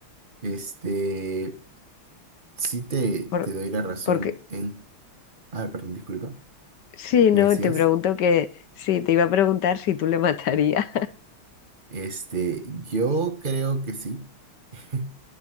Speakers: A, on the right; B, on the left.
A: Este, Sí te,
B: Por-
A: te doy la razón
B: porque
A: en... Ah, perdón, disculpa.
B: Sí, no,
A: ¿Me decías?
B: te pregunto que sí, te iba a preguntar si tú le <laughs> matarías.
A: Este, yo creo que sí. <laughs>